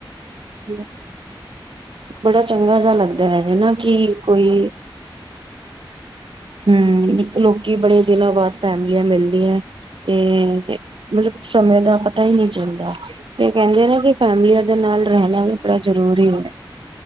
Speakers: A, on the right (about 75°); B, on the left (about 60°).
A: ਠੀ <inaudible>
B: ਆਪਸ
A: ਬੜਾ
B: ਵਿੱਚ
A: ਚੰਗਾ
B: ਕਿੰਨਾ
A: ਜਿਹਾ
B: ਭਾਈਚਾਰਾ
A: ਲੱਗਦਾ, ਹੈ
B: ਹੁੰਦਾ
A: ਜੇ ਨਾ
B: ਸੀ ਸਾਰਿਆਂ
A: ਕਿ ਕੋਈ ਹਮ, ਲੋਕੀ ਬੜੇ ਦਿਨਾਂ ਬਾਅਦ ਫੈਮਲੀਆਂ ਮਿਲਦੀਆਂ ਤੇ ਮਤਲਬ, ਸਮੇਂ ਦਾ ਪਤਾ ਹੀ ਨਹੀਂ ਚੱਲਦਾ। ਹਮ <inaudible> ਕਹਿੰਦੇ ਨੇ ਕਿ,
B: ਦਾ।
A: ਫੈਮਲੀਆਂ
B: ਨਾਲੇ ਪਤਾ
A: ਦੇ ਨਾਲ
B: ਕੀ ਹੈ
A: ਰਹਿਣਾ ਵੀ ਬੜਾ ਜਰੂਰੀ ਹੈ।